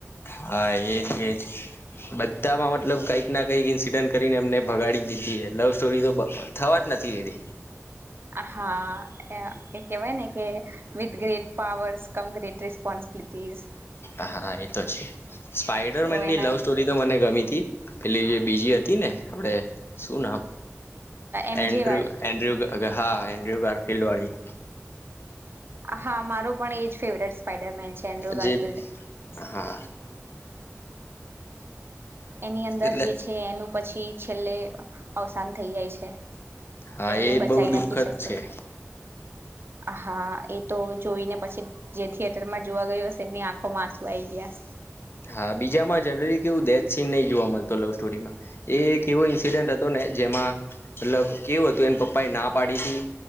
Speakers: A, on the left (about 50°); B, on the right (about 50°).
A: હા એજ એજ બધામાં મતલબ કંઈક ના કંઈક ઇન્સિડન્ટ કરીને એમને ભગાડી દીધી લવ સ્ટોરી તો થવા જન ે <unintelligible>
B: <inaudible> હા એ કેવાય ને કે with great powers come great responsibilities
A: હા-હા એ તો છે સ્પાઈડર
B: તો
A: મેનની
B: એના
A: લવ સ્ટોરી તો મને ગમી તી પેલી જે બીજી હતી તી ને આપડે શું નામ
B: એમજે
A: એન્ડ્રો
B: વાળી
A: એન્ડુ હા એન્ડુ ગાર્ફિલ્લ વાળી
B: હા મારો પણ એજ ફેવરેટ સ્પાઈડરમેન છે એન્દ્રોગારફિલ્ડ
A: જે હા
B: એની અંદર
A: એટલે
B: જે છે એનું પછી છેલ્લે અવસાન થઈ જાય છે.
A: હા
B: એને
A: એ
B: બચાઈ
A: બહુ દુઃખદ
B: નથી શકતો
A: છે
B: હા એ તો જોઈને પછી જે થિયેટરમાં જોવા ગયું હશે એમની આંખોમાં આસુ આઈ ગયા
A: હા બીજામાં જનરલી કેવું દેથ સીન નહી જોવા મળત લવ સ્ટોરીમાં એ એક એવો ઈન્સિડન્ટ હતો ને જેમાં મતલબ કેવું હતું એને પપ્પા એના પાડી તી